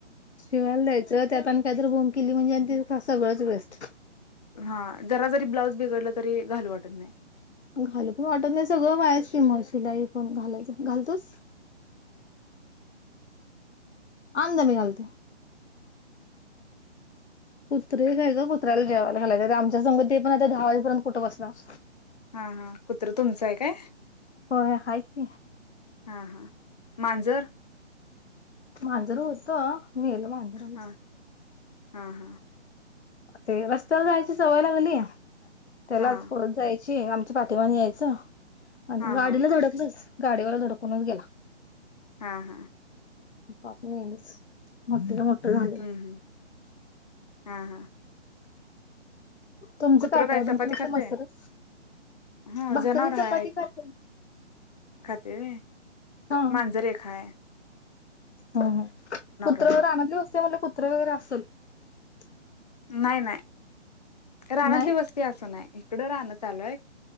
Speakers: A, on the left (about 65°); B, on the left (about 35°).
A: शिवायला द्यायचं त्यात आणि काहीतर बोम किल्ली म्हणजे, आणि सगळंच वेस्ट.
B: हा जरा जरी ब्लाऊज बिघडलं तरी घालू वाटत नाही.
A: घालू पण वाटत नाही सगळं वायाच की मग शिलाई पण घालायच पण, घालतोस, आणना मी घालते. कुत्रे काय ग, कुत्याला जेवाला घालायचे तर आमच्या संग ते पण आता दहा वाजेपर्यंत कुठं बसणार
B: हा हा, कुत्र तुमचंय काय?
A: होय हाय की
B: हा हा, मांजर
A: मांजर होतं मेल माांजर आमच.
B: हा हा हा
A: ते रस्त्यावर जायची सवय लागली त्यालाच
B: हा
A: पळतय. चे आमच्या पाठीमागे यायचं. आणि
B: हा
A: गाडीला
B: हा
A: धडकलं गाडीवाला धडकूनच गेला.
B: हा हा
A: मग मेलच, मोठ्ठी रे गो राणी,
B: हम्म हम्म हा हा
A: तुमचं
B: कुत्र
A: काय
B: कााय
A: काय तुमची
B: चपाती
A: फक्त
B: खाते
A: मसरच
B: ह
A: भाकरी
B: जनावर
A: चपाती
B: हाय
A: खाते
B: खाते
A: हा
B: मांजरे खाय
A: ह कुत्र
B: आहेत
A: रानाली असते मला तर असलेल्या
B: नाही नाही रानातली
A: नाही
B: वस्ती असं नाही इकडं राहणं चालूय